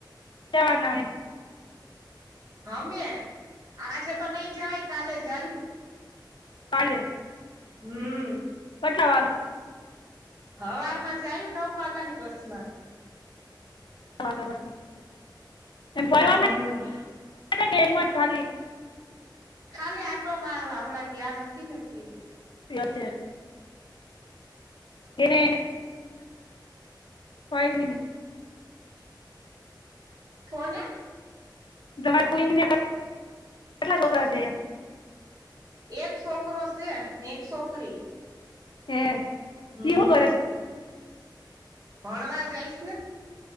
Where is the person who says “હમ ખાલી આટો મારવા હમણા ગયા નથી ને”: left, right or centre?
Right